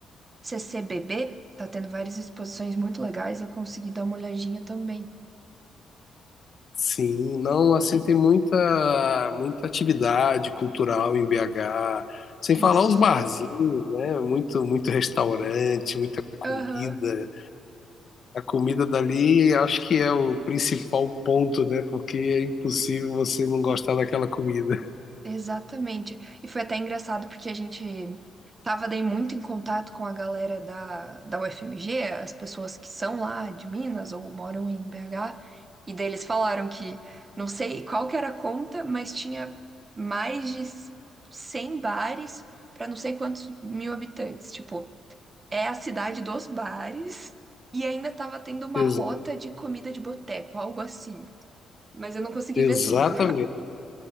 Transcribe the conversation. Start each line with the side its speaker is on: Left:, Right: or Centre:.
Right: CCBB. Tá tendo várias exposições muito legais e eu consegui dar uma olhadinha também.
Left: Sim, não, assim, tem muita, muita atividade cultural em BH. Sem
Right: Isso.
Left: falar os barzinhos, né? Muito, muito restaurante, muita comida.
Right: Aham,
Left: A comida dali acho que é o principal ponto, né? Porque é impossível você não gostar daquela comida. <laughs>
Right: exatamente. E foi até engraçado porque a gente tava daí muito em contato com a galera da, da UFMG, as pessoas que são lá de Minas ou moram em BH, e daí eles falaram que não sei qual que era a conta, mas tinha mais de 100 bares para não sei quantos mil habitantes. Tipo, é a cidade dos bares e ainda tava tendo uma
Left: Exa-
Right: rota de comida de boteco, algo assim. Mas eu não consegui
Left: exatamente.
Right: ver tudo.